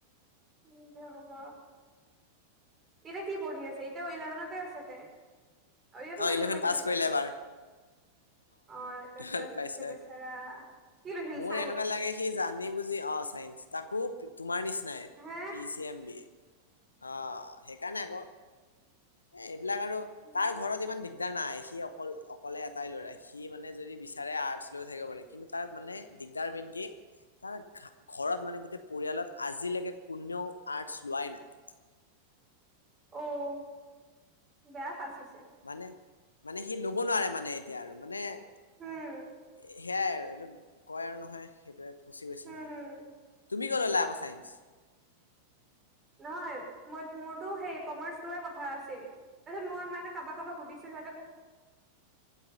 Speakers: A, on the right; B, on the left.
A: কি যে হ'ব। এতিয়া কি পঢ়ি আছে এতিয়া ইলেভেনতে আছে তে। আৰু ইয়াতো
B: অ
A: ৱেলভ
B: ইলেভেন
A: পাইছে
B: পাছ
A: চাগে।
B: কৰিলে এবাৰ
A: অ', এতিয়া
B: টুৱেলভ
A: ট
B: পাইছে
A: হৈছে ববেচাৰা কি কৰিৈছিল
B: মোৰ
A: চাইন্স।
B: এনেকুৱা লাগে সি জানি অ', চাইস তাকো তোমাৰ নিচিনাই
A: হে
B: পি চি এম বি অ'। সেইকাৰণে আকৌ এ এইবিলাক আৰু
A: উম
B: তাৰ ঘৰত ইমান দিগদাৰ নাই। সি অকল অকলে এটাই ল'ৰা সি মানে যদি বিচাৰে আৰ্টছ লৈ থাকিব পাৰে কিন্তু তাৰ মানে দিগদাৰ মেইন তাৰ ঘৰত মানে গোটেই পৰিয়ালত আজিলৈকে কোনেও আৰ্টচ লোৱাই নাই <inaudible>
A: অ', বেয়া ফাচিছে।
B: মানে মানে সি ল'ব নোৱাৰে মানে এতিয়া আৰু মানে
A: উম
B: সেয়াই আৰু এইটো কয় আৰু নহয় সেইটোে ফচি গৈছে
A: হম
B: মানে
A: হম
B: তুমি কি ন লাব চাইন্ঞ্চ
A: নহয় মই মোৰতো সেই কমাৰ্চ লোৱাৰ কথা আছিল তাৰপিছত মই মানে কাৰোবাক কাৰোবাক সুধিছিলো